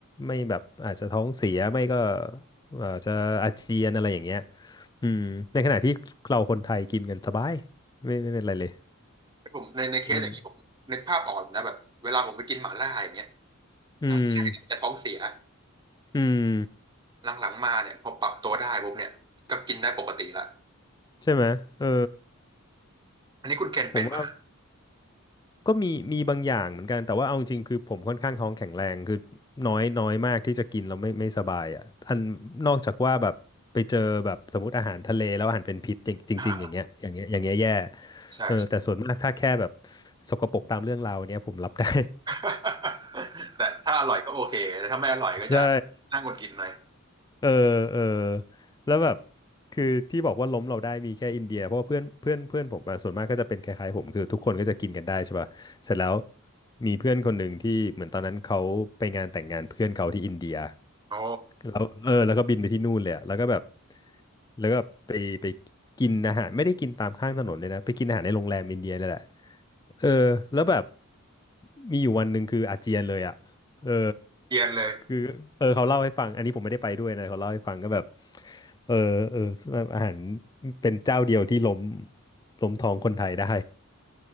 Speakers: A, on the left (about 20°); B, on the right (about 20°).
A: ไม่แบบอาจจะท้องเสียไม่ก็อาจจะอาเจียนอะไรอย่างเงี้ยอืมในขณะที่เราคนไทยกินกันสบายไม่ไม่เป็นไรเลย
B: ผมในในเคสอย่างนี้ผมนึกภาพออกอยู่นะแบบเวลาผมไปกินหม่าล่าอย่างเงี้ย
A: อืมอืม
B: ตอนแรกจะท้องเสีย
A: อืม
B: หลังๆมาเนี่ยพอปรับตัวได้ปุ๊บเนี่ยก็กินได้ปกติละ
A: ใช่ไหมเออ
B: อันนี้คุณเคนเป็นปะ
A: ผมว่า ก็มีมีบางอย่างเหมือนกันแต่ว่าเอาจริงๆคือผมค่อนข้างท้องแข็งแรงคือน้อยน้อยมากที่จะกินแล้วไม่ไม่สบายอ่ะอันนอกจากว่าแบบไปเจอแบบสมมติอาหารทะเลแล้วอาหารเป็นพิษจริงจริงๆอย่างเงี้ยอย่างเงี้ยอย่างเงี้ยแย่
B: ใช่ <laughs> ใช่
A: เออแต่ส่วนมากถ้าแค่แบบสกปรกตามเรื่องราวเนี้ยผมรับได้
B: <laughs> แต่ถ้าอร่อยก็โอเคแต่ถ้าไม่อร่อยก็จะ
A: <laughs> ใช่
B: น่าหงุดหงิดหน่อย
A: เออเออแล้วแบบคือที่บอกว่าล้มเราได้มีแค่อินเดียเพราะว่าเพื่อนเพื่อนเพื่อนผมมาส่วนมากก็จะเป็นคล้ายๆผมคือทุกคนก็จะกินกันได้ใช่ป่ะเสร็จแล้วมีเพื่อนคนหนึ่งที่เหมือนตอนนั้นเขาไปงานแต่งงานเพื่อนเขาที่อินเดีย
B: โอ้
A: แล้วเออแล้วก็บินไปที่นู่นเลยอะแล้วก็แบบแล้วก็ไปไปกินอาหารไม่ได้กินตามข้างถนนเลยนะไปกินอาหารในโรงแรมอินเดียนี่แหละ เออแล้วแบบมีอยู่วันหนึ่งคืออาเจียนเลยอ่ะเออ
B: เย็นเลย
A: คือเออเขาเล่าให้ฟังอันนี้ผมไม่ได้ไปด้วยนะเขาเล่าให้ฟังก็แบบเออเออแบบอาหารเป็นเจ้าเดียวที่ล้มล้มท้องคนไทยได้